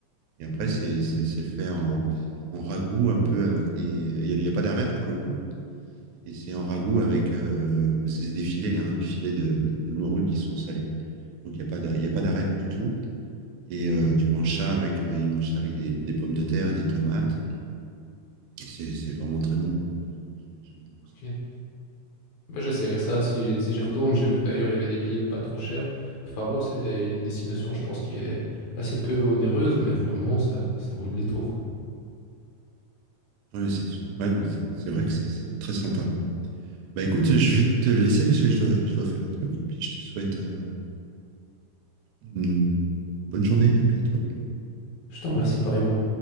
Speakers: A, on the right (about 85°); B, on the left (about 80°).
A: Et après
B: Hmm.
A: c'est, c'est, c'est fait en, en ragoût un peu avec des. Il n'y a, il y a pas d'arête pour le coup. Et c'est en ragoût avec. euh, parce que c'est des filets, hein, des filets de, de morue qui sont salés. Donc il n'y a pas d'ar- il y a pas d'arête du tout. Et
B: Hmm.
A: euh, tu manges ça avec, euh, il mange ça avec des, des pommes de terre, des tomates. Et c'est c'est vraiment très bon. J'aime beaucoup ça.
B: Ok. Moi, j'essaierai ça si, si j'y retourne. J'ai vu que d'ailleurs, il y avait des billets pas trop chers. Faro, c'est une destination, je pense, qui est assez peu onéreuse, mais vraiment, ça, ça vaut le détour. quoi.
A: Ouais, c'est su- ouais, mais c'est c'est vrai que c'est c'est très sympa. Bah écoute, je vais te laisser parce que je dois, je dois faire un truc et puis je te souhaite euh, une bonne journée. À bientôt.
B: Je t'en remercie pareillement.